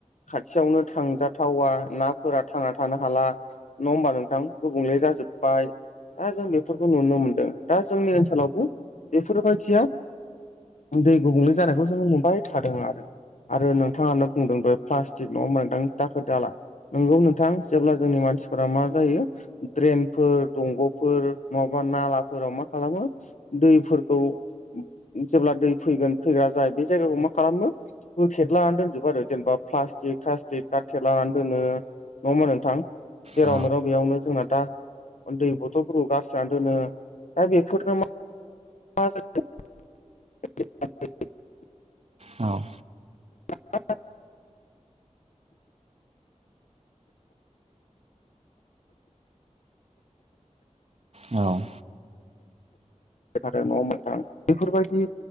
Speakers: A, on the left (about 75°); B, on the right (about 55°).
A: खाथियावनो थांजाथावा नाफोरा थांना थानो हाला नङा होमबा नोंथां? गुबुंले जाजोब बाय आ जों बेफोरखौ नुनो मोनदों दा जोंनि ओनसोलावबो बेफोरबायदिया दै गुबुंले जानायखौ जोङो नुबाय थादों आरो आरो नोंथाङानो बुंदों बो फ्लास्टिक नङा होमबा नोंथां दाखोर- दाला नोंगौ नोंथां जेब्ला जोंनि मानसिफोरा मा जायो ड्रेनफोर दंग'फोर नङाबा नालाफोराव मा खालामो दैफोरखौ <unintelligible> जेब्ला दै फैगोन फैग्रा जाय बे जायगाखौ मा खालामो बो फेद लानानै दोनजोबबो आरो जेनेबा फ्लास्टिक थास्टिक गारथे लानानै दोनो नङा ओमबा नोंथां? जेराव
B: औ
A: मोनो बेयावनो जोंना दा ओ दैै बथ'लफोरखौ गारस्रिनानै दोनो दा बेफोरनो मा मा <unintelligible> <unintelligible>
B: औ।
A: <unintelligible>
B: औ।
A: <unintelligible> नङा ओमबा नोंथां बेफोरबायदि